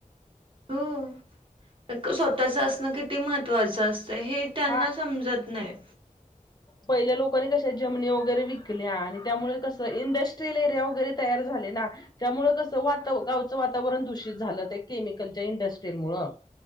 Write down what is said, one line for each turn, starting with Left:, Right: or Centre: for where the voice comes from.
Right: हो, स्वतःच असणं किती महत्त्वाचं असतंय. हे त्यांना
Left: हा
Right: समजत नाही.
Left: पहिल्या लोकांनी कशा जमनी वगैरे विकल्या आणि त्यामुळे कसं इंडस्ट्रीयल एरिया वगैरे तयार झाले ना. त्यामुळे कसं वाताव गावचं वातावरण दूषित झालं, त्या केमिकलच्या इंडस्ट्रीमुळं.